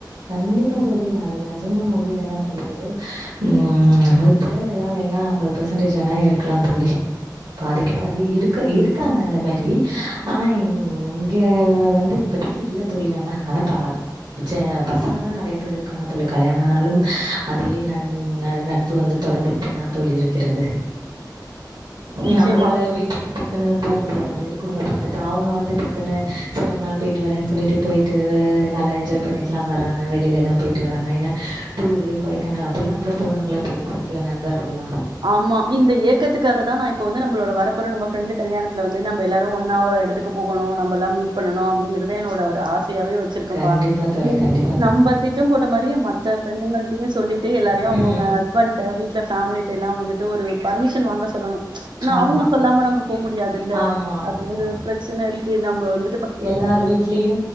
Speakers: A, on the right; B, on the right.
A: கண்டிப்பா தோழி அது நெஜமா முடியலதா தோழி எதோ ம் நூத்துல எதா என்னா அம்பது பர்சன்டேஜ் வேனா இருக்கலா தோழி பாதிக்கு பாதி இருக்க இருக்காங்க அந்த மாரி ஆனா இங்க வந்து இப் பதிக்கு இல்ல தோழி ஆனா ஆனா பா ஜ பசங்க தா நெறையா பேர் இருக்காங்க தோழி கல்யாணோ ஆனாலும் அதே நன் நட்பு வந்து தொடந்துகிட்டே தா தோழி இருக்கிறது
B: நிச்சயமா.
A: நம்பளால விட்டுட்டு டக் குனு போ முடியாது குடும்பத்த விட்டுட்டு அவங்க வந்து டக்குன்னு சரி ரெண் நாள் பொய்ட்டு வரேன்னு சொல்லிட்டு பொய்ட்டு நல்லா என்ஜாய் பண்ணிட் லா வராங்க வெளியிலலா பொயிட்டு வராங்க ஏ டூரு கொடைக்கானல் அப்ட்லா குட போறாங்கள தோழி சில நண்பர்கள்லா
B: ஆமா இந்த ஏக்கத்துக்காக தா நா இப்ப வந்து நம்பளோட வரப்போற நம்ப ஃப்ரெண்டு கல்யாணத் துல வந்து நம்ப எல்லாரு ஒன்னா ஒரு எடத்துக்கு போகனு நம்பலா மீட் பண்ணனு அப்டிங்கறதே என்னோட ஒரு ஆச யாவே வச்சிருக்கேபா
A: கண்டிப்பா தோழி
B: நீங்க
A: கண்டிப்பா தோ
B: நம்ப திட்டம் போட்ட மாரி மத்த பெண்ணுகள்டயு சொல்லிட்டு எல்லாரையு
A: ம்
B: அவுங்கவுங்க ஹஸ்பண்ட்ட வீட்ல ஃபேமிலி டலா வந்துட்டு ஒரு பர்மிஷன் வாங்க சொல்லனு ஏனா
A: ஆமா
B: அவங்க சொல்லாம நம்ப போ முடியாதுல்ல
A: ஆமா
B: அது
A: ஆமா
B: ஒரு பிரச்சன இருக்கு நம்ப வந்
A: எல்லார் வீட்லியு